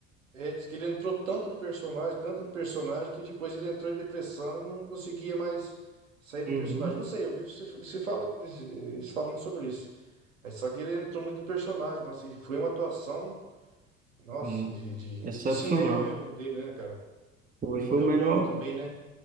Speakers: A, on the right (about 75°); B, on the right (about 20°).
A: é, diz que ele entrou tanto no personagem, tanto no personagem que depois ele entrou em depressão e não conseguia mais sair do
B: Uhum,
A: personagem. Não sei, eu vi se, se fala se falando sobre isso. Mas só que ele entrou muito no personagem, nossa, e foi uma atuação, nossa,
B: é.
A: de, de,
B: Excepcional.
A: de cinema mesmo do dele, né, cara?
B: Foi,
A: Morreu
B: foi o melhor,
A: novo também, né?